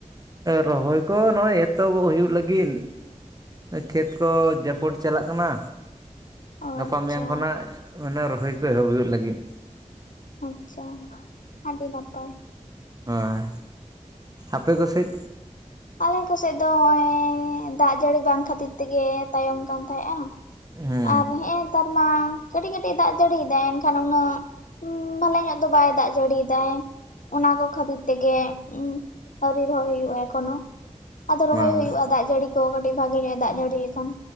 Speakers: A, on the right; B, on the left.
A: ᱨᱚᱦᱚᱭ ᱠᱚ ᱱᱚᱜᱼᱚᱭ ᱮᱛᱚᱦᱚᱵᱚᱜ ᱦᱩᱭᱩᱜ ᱞᱟᱹᱜᱤᱫ ᱠᱷᱮᱛ ᱠᱚ ᱡᱟᱯᱚᱴ ᱪᱟᱞᱟᱜ ᱠᱟᱱᱟ
B: ᱚ
A: ᱜᱟᱯᱟ
B: ᱟᱪᱪᱷᱟ
A: ᱢᱮᱭᱟᱝ ᱠᱷᱚ ᱱᱟᱜ ᱢᱟᱱᱮ ᱨᱚᱦᱚᱭ ᱠᱚ ᱮᱦᱚᱵ ᱦᱩᱭᱩᱜ ᱞᱟᱹᱜᱤᱫ᱾
B: ᱟᱪᱪᱷᱟ ᱟᱹᱰᱤ ᱱᱟᱯᱟᱭ
A: ᱦᱮᱸᱻ ᱟᱯᱮ ᱠᱚᱥᱮᱡᱼᱼ
B: ᱟᱞᱮᱧ ᱠᱚᱥᱮᱫ ᱫᱚ ᱱᱚᱜᱼᱚᱭᱻ ᱫᱟᱜ ᱡᱟᱹᱲᱤ ᱵᱟᱝ ᱠᱷᱟᱹᱛᱤᱨ ᱛᱮᱜᱮ ᱛᱟᱭᱚᱢ ᱟᱠᱟᱱ ᱛᱟᱦᱮᱸᱜᱼᱟ
A: ᱦᱩᱸ
B: ᱟᱨ ᱦᱮᱸᱜᱼᱮ ᱱᱮᱛᱟᱨ ᱢᱟ ᱠᱟᱹᱴᱤᱡ ᱠᱟᱹᱴᱤᱡ ᱫᱟᱜ ᱡᱟᱹᱲᱤᱭᱮᱫᱟᱭ ᱮᱱᱠᱷᱟᱱ ᱩᱱᱟᱹᱜ ᱩᱸ ᱵᱷᱟᱞᱮ ᱧᱚᱜ ᱫᱚ ᱵᱟᱭ ᱫᱟᱜ ᱡᱟᱹᱲᱤᱭ ᱮᱫᱟᱭ ᱚᱱᱟ ᱠᱚ ᱠᱷᱟᱹᱛᱤᱨ ᱛᱮᱜᱮ ᱟ. ᱣᱨᱤ ᱨᱚᱦᱚᱭ ᱦᱩᱭᱩᱜᱼᱟ ᱮᱠᱷᱚᱱᱚ ᱟᱫᱚ
A: ᱦᱳᱭ
B: ᱨᱚᱦᱚᱭ ᱦᱩᱭᱩᱜᱼᱟ ᱫᱟᱜ ᱡᱟᱹᱲᱤ ᱠᱟᱹᱴᱤᱡ ᱵᱷᱟᱜᱤ ᱧᱚᱜᱼᱮ ᱫᱟᱜ ᱡᱟᱹᱲᱤ ᱞᱮᱠᱷᱟᱱ